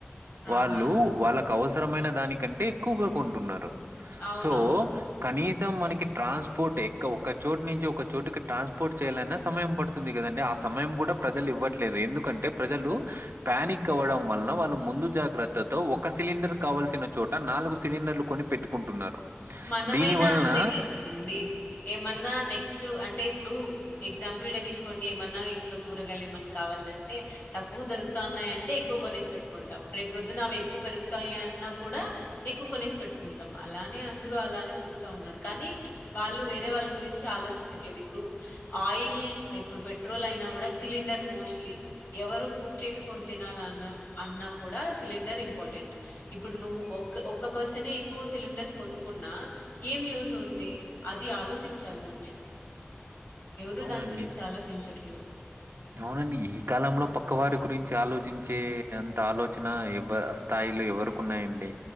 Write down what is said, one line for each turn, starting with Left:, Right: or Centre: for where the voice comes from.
Right: వాళ్ళు
Left: ఆహా!
Right: వాళ్ళ క అవసరమైన దానికంటే ఎక్కువగా కొంటున్నారు
Left: అవునవును.
Right: సో కనీసం మనకి ట్రాన్స్పోర్ట్ ఎక ఒక్క చోటు నుంచి ఒక చోటుకి ట్రాన్స్పోర్ట్ చేయాలన్నా సమయం పడుతుంది కదండి ఆ సమయం కూడా ప్రజలు ఇవ్వట్లేదు ఎందుకంటే ప్రజలు ప్యానిక్ అవ్వడం వలన వాళ్ళు ముందు జాగ్రత్తతో ఒక సిలిండర్ కావాల్సిన చోట నాలుగు సిలిండర్లు కొని పెట్టుకుంటున్నారు
Left: మనమైనా
Right: దీని వలన
Left: అంతే కదండి ఏమన్నా నెక్స్ట్ అంటే ఇప్పుడు ఎగ్జాంపుల్ గా తీసుకోండి మన ఇంట్లో కూరగాయలు ఏమన్నా కావాలంటే తక్కువ దొరుకుతా ఉన్నాయంటే ఎక్కువ కొనేసి పెట్టుకుంటాం రేపు ప్రొద్దున అవి ఎక్కువ పెరుగుతాయన్నా కూడా ఎక్కువ కొనేసి పెట్టుకుంటాం అలానే దురూ అలానే చూస్తా ఉన్నారు కానీ వాళ్ళు వేరే వాళ్ళ గురించి ఆలోచించట్లేదు ఇప్పుడు ఆయిల్ ఇప్పుడు పెట్రోల్ అయినా కూడా సిలిండర్ మోస్ట్లీ ఎవరు ఫుడ్ చేసుకొని తినాలన్నా అన్నా కూడా సిలిండర్ ఇంపార్టెంట్ ఇప్పుడు నువ్వు ఒక ఒక్క పర్సనే ఎక్కువ సిలిండర్స్ కొను కున్నా ఏం యూస్ ఉంది అది ఆలోచించాల మనుషులు ఎవరూ
Right: అవునండి.
Left: దాని గురించి ఆలోచించట్లేదు
Right: అవునండి ఈ కాలంలో పక్కవారి గురించి ఆలోచించే అంత ఆలోచన ఎవ్ ఆ స్థాయిలో ఎవరికున్నాయండి